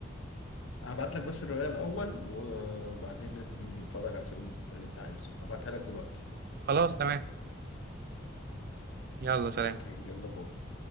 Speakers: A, on the left (about 85°); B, on the right (about 50°).
A: هبعت لك بس الروايه الاول وبعدين نتفرج على الفيلم اللي انت عايزه هبعتها لك دلوقتي
B: خلاص تمام يلا سلام
A: اوكي يلا باي